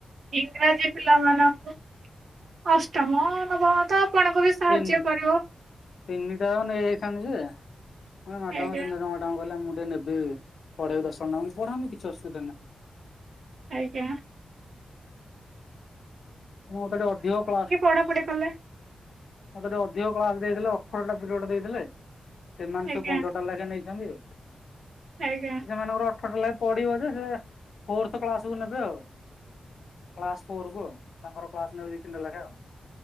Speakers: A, on the right (about 60°); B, on the left (about 60°).
A: ଇଂରାଜୀ ପିଲାମାନଙ୍କୁ। ଅଷ୍ଟମ ନବମ ତ ଆପଣଙ୍କୁ ବି ସାହାଯ୍ୟ
B: ତିନି
A: କରିବ।
B: ତିନିଟା ଜାକ ନେଇଯାଇଥାନ୍ତି ଯେ ହେଲେ ମାଡମ
A: ଆଜ୍ଞା
B: ତିନି ମ୍ୟାଡମ୍ କହିଲେ ମୁଁ ଟିକେ ନେବି, ପଢେଇବି ଦସମଟା, ପଢାନ୍ତୁ କିଛି ଅସୁବିଧା ନା
A: ଆଜ୍ଞା।
B: ମତେ ଟିକେ ଅଧିକ କ୍ଲାସ
A: ପଢାପଢ଼ି କଲେ
B: ମତେ ଟିକେ ଅଧିକ କ୍ଲାସ ଦେଇଥିଲେ। ଅଠରଟା ପିରିୟଡ ଦେଇଥିଲେ, ସେମାନେ
A: ଆଜ୍ଞା
B: ସବୁ ପନ୍ଦରଟା ଲାଗା ନେଇଛନ୍ତି।
A: ଆଜ୍ଞା।
B: ପିଲା ମାନଙ୍କର ଅଠରଟା ଲାଗା ପଡିବ ଯେ ସେ ଫୋର୍ଥ କ୍ଲାସକୁୁ ନେବେ ଆଉ। କ୍ଲାସ ଫୋର କୁ ଆଉ ତାଙ୍କର କ୍ଲାସ ନେବେ ଦି ତିନି ଟା ଲାଖା ଆଉ।